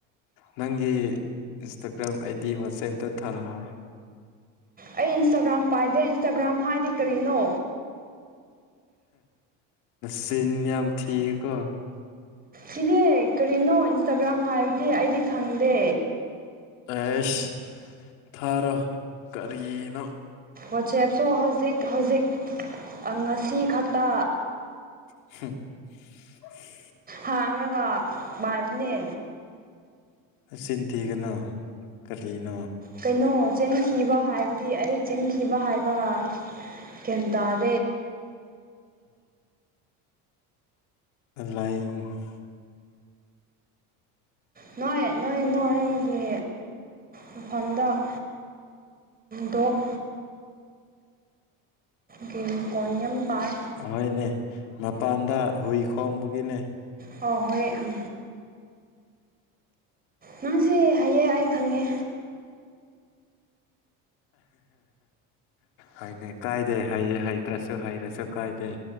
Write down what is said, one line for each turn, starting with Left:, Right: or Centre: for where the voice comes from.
Left: ꯅꯪꯒꯤ ꯏꯟꯁꯇꯥꯒ꯭ꯔꯥꯝ ꯑꯩꯗꯤ ꯋꯥꯆꯦꯞꯇ ꯊꯥꯔꯛꯑꯣꯑꯣ
Right: ꯑꯩ ꯏꯟꯁꯇꯥꯒ꯭ꯔꯥꯝ ꯄꯥꯏꯗꯦ ꯏꯟꯁꯇꯥꯒ꯭ꯔꯥꯝ ꯍꯥꯏꯗꯤ ꯀꯔꯤꯅꯣ
Left: ꯁꯤꯟ ꯌꯥꯝ ꯌꯥꯝ ꯊꯀꯣ
Right: ꯁꯤꯗꯤ ꯀꯔꯤꯅꯣ ꯏꯟꯁꯇꯥꯒ꯭ꯔꯥꯝ ꯍꯥꯏꯕꯗꯤ ꯑꯩꯗꯤ ꯈꯪꯗꯦ
Left: ꯑꯦꯁ ꯊꯥꯔꯣ ꯀꯔꯤꯅꯣ
Right: ꯋꯥꯆꯦꯞꯁꯨ ꯍꯧꯖꯤꯛ ꯍꯧꯖꯤꯛ ꯉꯁꯤ ꯈꯛꯇ
Left: ꯍꯝ <inaudible>
Right: ꯍꯥꯡꯂꯒ ꯕꯥꯥꯏꯔꯤꯅꯦ
Left: ꯆꯤꯟꯤꯟ ꯊꯤꯒꯅ ꯀꯔꯤꯅ
Right: ꯀꯩꯅꯣ ꯆꯦꯟꯈꯤꯕ ꯍꯥꯏꯕꯗꯤ ꯑꯩ ꯆꯦꯟꯈꯤꯕ ꯍꯥꯏꯕ ꯒ꯭ꯌꯥꯟꯇ <inaudible>
Left: ꯂꯥꯏꯟ <inaudible>
Right: ꯅꯣꯏ ꯅꯣꯏ ꯅꯣꯏꯒꯤ ꯃꯐꯝꯗ ꯗꯣꯛ ꯒꯔꯤꯀꯣꯅꯤꯌꯝ ꯄꯥꯔ
Left: ꯑꯍꯣꯏꯅꯦ ꯃꯄꯥꯟꯗ ꯍꯨꯏ ꯈꯣꯡꯕꯒꯤꯅꯦ
Right: ꯑ ꯍꯣꯏ ꯑꯝ ꯅꯪꯁꯦ ꯍꯥꯏꯌꯦ ꯑꯩ ꯈꯪꯉꯦ
Left: ꯍꯥꯏꯅꯦ ꯀꯥꯏꯗꯦ ꯍꯩꯇ꯭ꯔꯁꯨ ꯍꯩꯔꯁꯨ ꯀꯥꯏꯗꯦ